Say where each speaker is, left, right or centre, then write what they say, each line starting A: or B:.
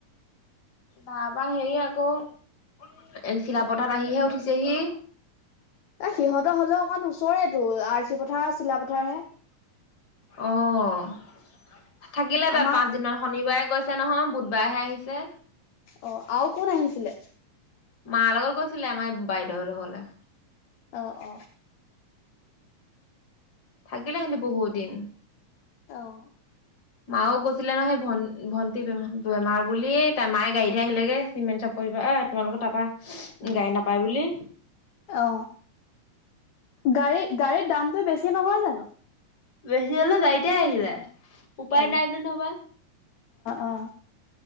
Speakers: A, on the left; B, on the left.
A: বাবা সেই আকৌ এ চিলাপথাৰত আহিহে উঠিছেহি
B: এ সিহঁতৰ হলেও অকণ ওচৰেতটো আৰ চি পথাৰ চিলাপথাৰ হে
A: অহ থাকিলে তাত
B: আমাক
A: পাঁচ দিনৰ শনিবাৰে গৈছে নহয় বুধবাৰহে আহিছে।
B: অ আৰু কোন আহিছিলে
A: মা লগত গৈছিলে আমাৰ বাইদেউ হত ঘৰলে।
B: অ অ
A: থাকিলেহেঁতে বহুত দিন
B: অহ
A: মাও গৈছিলে নহয় ভন ভন বেমাৰ বুলি তাৰ মায়ে গাড়ীতে আহিলেগে চিমেণ্ট চাপৰ এ তোমালৰ তাৰ পৰা গাড়ী নাপায় বুলি
B: অ গাড়ী গাড়ীৰ দামটো বেছি নহয় জানো।
A: বেছি হলে গাড়ীতে আহিযায় উপায়
B: অ
A: নাই যে নহবা।
B: অ